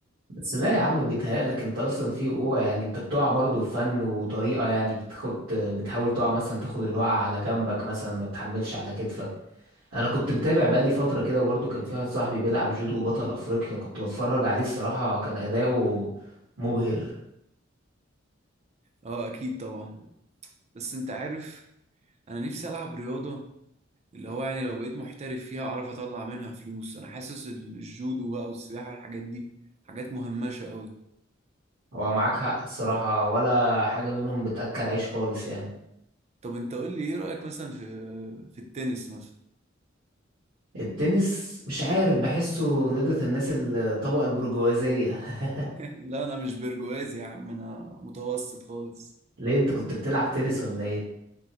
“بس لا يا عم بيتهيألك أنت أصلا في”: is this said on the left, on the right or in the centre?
Right